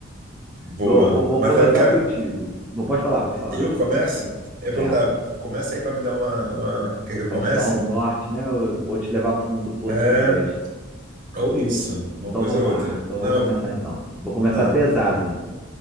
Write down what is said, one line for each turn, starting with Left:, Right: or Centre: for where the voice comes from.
Right: Boa.
Centre: Eu, eu vou
Right: Mas
Centre: começar
Right: eu quero.
Centre: contigo. Não pode falar, pode falar
Right: Eu
Centre: antes,
Right: começo?
Centre: pô.
Right: Eu ia
Centre: É,
Right: perguntar, começa aí pra me dar uma, uma. Quer que eu
Centre: pra
Right: comece?
Centre: te dar um norte, né? Eu vou te levar pro fundo do poço
Right: É,
Centre: de vez.
Right: Ou isso, uma
Centre: Então
Right: coisa
Centre: vamos
Right: ou outra.
Centre: lá. Então eu
Right: Mas,
Centre: vou começar então. Vou começar
Right: ah,
Centre: pesado, hein?